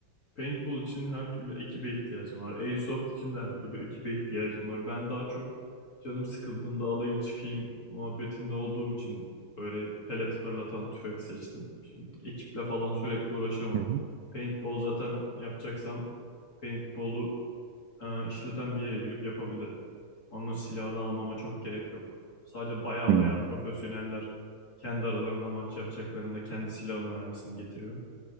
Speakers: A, on the left; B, on the right.
A: paintball için her türlü ekibe ihtiyacım var. Airsoft için de her türlü ekibe ihtiyacım var. Ben daha çok canım sıkıldığında alayım çıkayım muhabbetinde olduğum için böyle pelet fırlatan tüfek seçtim. Şimdi ekiple falan sürekli uğraşamam.
B: Hı hı.
A: Paintball zaten yapacaksam paintball'u e, işleten bir yere girip yapabilirim. Onun silahını almama çok gerek yok. Sadece baya
B: Hmm.
A: baya profesyoneller kendi aralarında maç yapacaklarında kendi silahını mermisini getiriyor.